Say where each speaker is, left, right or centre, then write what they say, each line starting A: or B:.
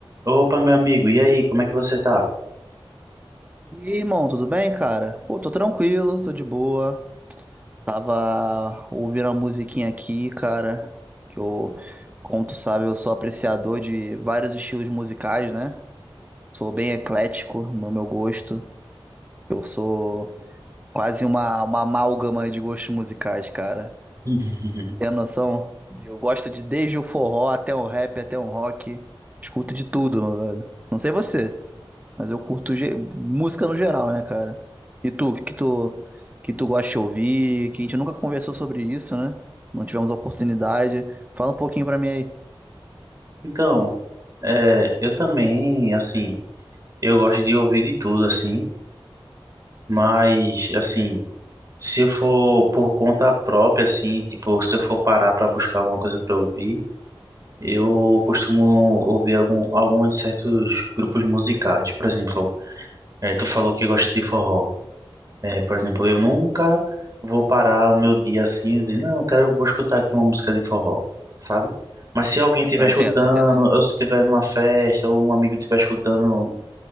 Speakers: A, on the right; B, on the right.
A: Opa, meu amigo, e aí, como é que você tá?
B: E aí, irmão, tudo bem, cara? Pô, tô tranquilo, tô de boa. Tava ouvindo uma musiquinha aqui, cara, que eu, como tu sabe, eu sou apreciador de vários estilos musicais, né? Sou bem eclético no meu gosto. Eu sou quase uma, uma amálgama de gostos musicais, cara.
A: <laughs>
B: Tem a noção? de- Eu gosto de desde o forró até o rap, até o rock. Escuto de tudo, meu velho. Não sei você, mas eu curto ge- música no geral, né, cara? E tu, que que tu, que tu gosta de ouvir? Que a gente nunca conversou sobre isso, né? Não tivemos a oportunidade. Fala um pouquinho pra mim aí.
A: Então, é, eu também, assim, eu gosto de ouvir de tudo, assim, mas, assim, se eu for por conta própria, assim, tipo, se eu for parar pra buscar alguma coisa pra ouvir, eu costumo ouvir algum, alguns certos grupos musicais, por exemplo, é, tu falou que gosta de forró. É, por exemplo, eu nunca vou parar o meu dia assim e dizer, não, eu quero, vou escutar aqui uma música de forró, sabe? Mas se alguém estiver
B: Não,
A: escutando,
B: entendo, entendo.
A: ou se estiver numa festa, ou um amigo estiver escutando,